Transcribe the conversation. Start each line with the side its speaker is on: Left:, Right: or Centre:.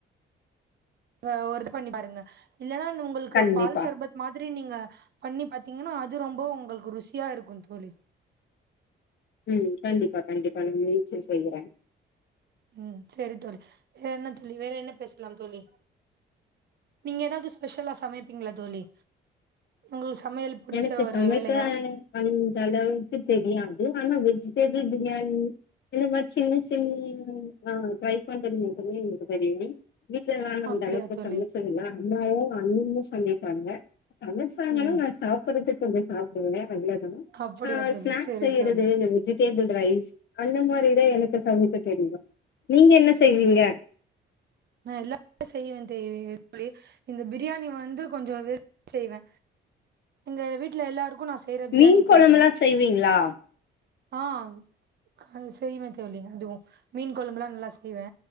Right: அ ஒருக் பண்ணி பாருங்க இல்லன்னா உங்களுக்கு
Left: கண்டிப்பா
Right: பால் சர்பத் மாதிரி நீங்க பண்ணி பாார்த்தீங்கன்னா அது ரொம்ப உங்களுக்கு ருசியா இருக்கூ தோழி
Left: ம் கண்டிப்பா கண்டிப்பா நான் முயர்ச்சி செய்யறே
Right: ம் சரி தோழி வேற என்ன தோழி வேற என்ன பேசலா தோழி நீங்க ஏதாவது ஸ்பெஷலா சமைப்பீங்களா தோழி உங்களுக்கு சமையல் புடிச்ச
Left: எனக்கு
Right: ஒரு
Left: சமய்க்க
Right: வேலையா
Left: அந்தளவுக்கு தெரியாது ஆனா வெஜிடேபிள் பிரியாணீ இல்லம்மா சின்ன சின் ம் ஆ ட்ரை பண்றது மட்டுமே எங்களுக்கு தெரியூ வீடல இருந்தாலூ
Right: அப்படியா
Left: இந்தளவுக்
Right: தோழி
Left: சமைச்சி இல்ல அண்ணாவூ அண்ணியூ சமைப்பாங்க சமைச்சாங்கனா
Right: ம்
Left: நா சாப்பறதுக்கு கொஞ்சோ சாப்படுவே அவ்ளேதா
Right: அப்படியா
Left: ஆ
Right: தோழி
Left: ஸ்நாக்ஸ்
Right: சரி
Left: செய்யறத்து
Right: தோழி
Left: எங் வெஜிடேபிள் ரைஸ் அந்த மாதிரிதா எனக்கு சமைக்க தெரியூ நீங்க என்ன செய்வீங்க
Right: நா எல்லாமே செய்வே தேய்வ தோழி இந்த பிரியாணி வந்து கொஞ்சோ விரு செய்வே எங்க வீட்ல எல்லாருக்கூ நா செய்ற பிரியாணி
Left: மீன் கொழம்புலா
Right: பிடிக்கூ
Left: செய்வீங்களா
Right: ஆ க சொய்வே தோளி அதுவூ மீன் குழம்புல்லா நல்லா செ ய்வே